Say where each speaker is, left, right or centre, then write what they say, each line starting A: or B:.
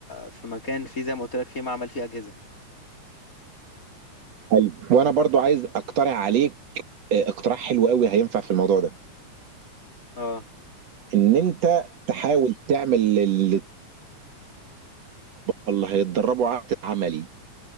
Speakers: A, on the left; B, on the right.
A: في مكان فيه زي ما قلت لك فيه معمل فيه أجهزة
B: حلو. وانا برضو عايز اقترح عليك آه، اقتراح حلو قوي هينفع في الموضوع ده
A: اه
B: ان انت تحاول تعمل للطلبه اللي هيتدربوا عمل عملي